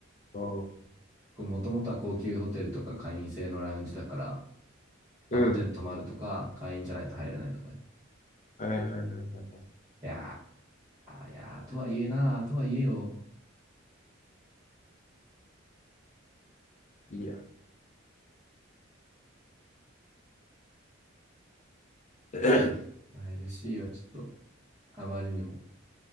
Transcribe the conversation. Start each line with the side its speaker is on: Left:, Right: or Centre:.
Left: あ、
Right: もともとは高級ホテルとか会員制のラウンジだから、だか
Left: うん。
Right: らホテル泊まるとか、会員じゃないと入れないとか。
Left: はいはいはいはいは
Right: いやー、いやー、とはいえな、とはいえよ。
Left: い。いや、<coughs>
Right: まあ、LC はちょっとあまりにも